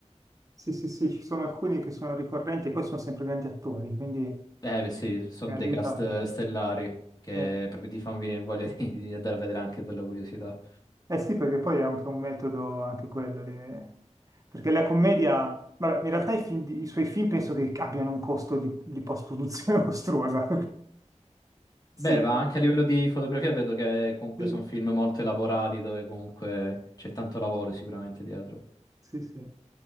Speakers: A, on the right; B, on the left.
A: Sì, sì, sì, ci sono alcuni che sono ricorrenti e poi sono sempre grandi attori, quindi eh,
B: eh beh, sì, sono
A: aiuta.
B: dei cast eh, stellari che
A: Sì.
B: proprio ti fanno venire voglia <laughs> di, di andare a vedere anche per la curiosità.
A: Eh sì, perché poi è anche un metodo, anche quello. le- Perché la commedia, vabbè, in realtà i, film di- i suoi film penso che abbiano un costo di, di post-produzione <laughs> mostruosa. Sembra.
B: Beh, ma anche a livello di fotografia vedo che comunque
A: Sì,
B: sono film molto elaborati dove comunque c'è tanto lavoro sicuramente dietro.
A: sì, sì.